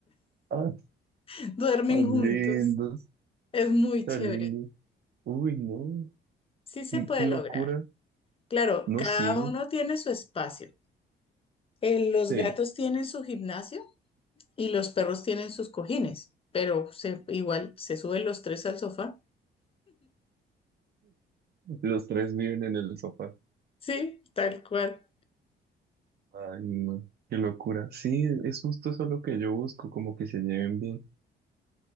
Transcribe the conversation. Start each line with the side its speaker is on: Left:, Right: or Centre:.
Right: ah,
Left: <laughs> Duermen
Right: tan
Left: juntos.
Right: lindos.
Left: Es muy
Right: Está
Left: chévere.
Right: lindo. Uy, no,
Left: Sí se
Right: qué,
Left: puede
Right: qué locura.
Left: lograr. Claro, cada
Right: No, sí,
Left: uno tiene su espacio. Eh, los
Right: sí.
Left: gatos tienen su gimnasio y los perros tienen sus cojines, pero se- igual se suben los tres al sofá.
Right: Los tres viven en el sofá.
Left: Sí, tal cual.
Right: Ay, no, qué locura. Sí, es justo eso lo que yo busco, como que se lleven bien.